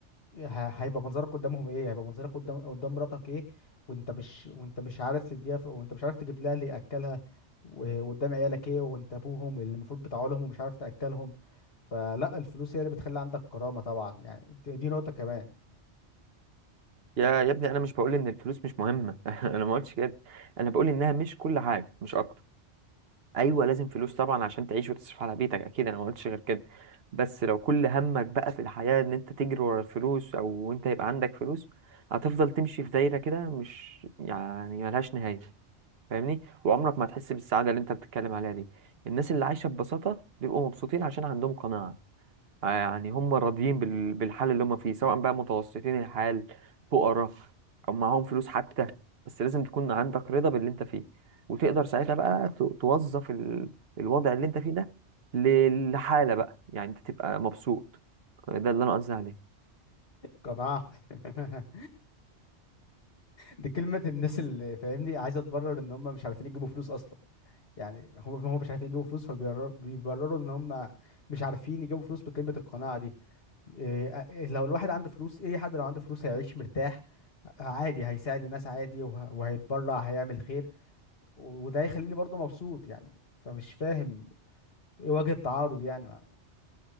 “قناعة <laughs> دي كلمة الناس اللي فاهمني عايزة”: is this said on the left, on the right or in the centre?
Left